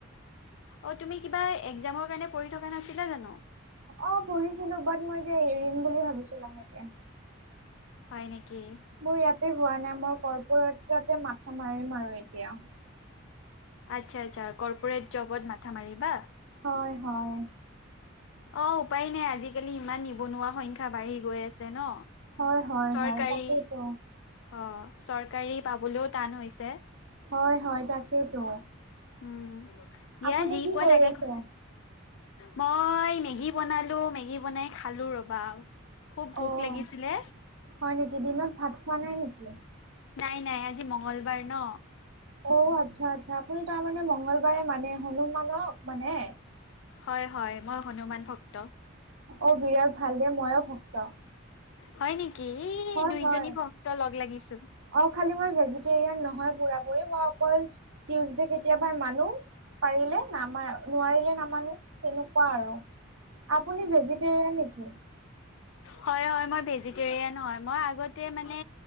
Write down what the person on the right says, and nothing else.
অ পঢ়িছিল। বাট, মই এতিয়া এৰিম বুলি ভাবিছো লাহেকে।
মোৰ ইয়াতে হোৱা নাই মই কৰ্পূৰত তাতে মাথা মাৰিম আৰু এতিয়া।
হয়, হয়!
হয় হয়
হয় তাকেইতো।
হয়, হয়, তাকেইতো।
আপুনি
কি
কৰি
আছে?
অ'
হয় নেকি, দিনত ভাত খোৱা নাই নেকি?
অ' আচ্ছা, আচ্ছা, আপুনি তাৰমানে মঙ্গলবাৰে মানে হনুমানক মানে।
অ বিৰাট ভাল দে মইয় ভক্ত।
হয়
হয়
অ খালি মই ভেজিটেৰিয়ান নহয় পুৰা- পুৰি, মই অকল টিউজডে কেতিয়াবা মানো পাৰিলে, নামা নোৱাৰিলে নামানো তেনেকুৱা আৰু। আপুনি ভেজিটেৰিয়ান নেকি?